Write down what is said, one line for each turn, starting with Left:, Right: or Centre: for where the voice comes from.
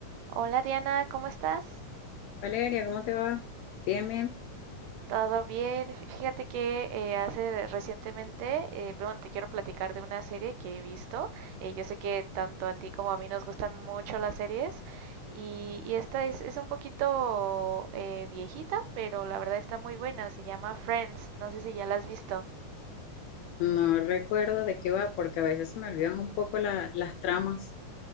Right: Hola Diana, ¿cómo estás?
Left: Valeria, ¿cómo te va? Bien, bien.
Right: ¿Todo bien? Fíjate que eh, hace recientemente, eh, pero bueno, te quiero platicar de una serie que he visto. Eh, yo sé que tanto a ti como a mí nos gustan mucho las series y, y esta es, es un poquito eh, viejita, pero la verdad está muy buena. Se llama Friends, no sé si ya la has visto.
Left: No recuerdo de qué va porque a veces se me olvidan un poco la- las tramas.